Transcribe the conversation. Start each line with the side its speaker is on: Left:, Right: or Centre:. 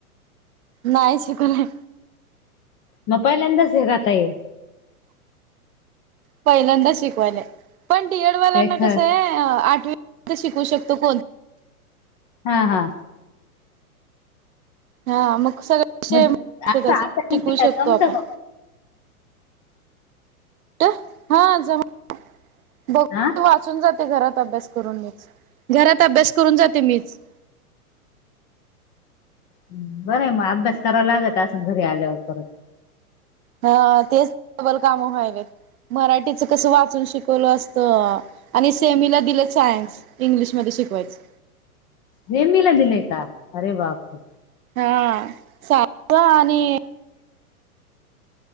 Right: नाही शिकवले.
Left: म पहिल्यांदाच हेघात आहे?
Right: पहिल्यांदा शिकवायले पण डीएडवाल्यांना
Left: काय ख
Right: कसं आहे आठवी शिकू शकतो कोण
Left: हा हा.
Right: हा मग सगळा सेम
Left: मग असं
Right: शिकू
Left: अचानक दिला
Right: शकतो
Left: जमतं
Right: आपण.
Left: का?
Right: कुठे हा जमा बो
Left: हा?
Right: वाचून जाते घरात अभ्यास करून मीच घरात अभ्यास करून जाते मीच.
Left: बरं आहे मग, अभ्यास करावा लागत असल घरी आल्यावर परत.
Right: हा तेच की डबल काम व्हायल्यात. मराठीचं कसं वाचून शिकवलं असतं आणि सेमीला दिलं सायन्स. इंग्लिशमध्ये शिकवायचं.
Left: सेमीला दिलंय का, अरे बाप तू.
Right: हा सा पा आणि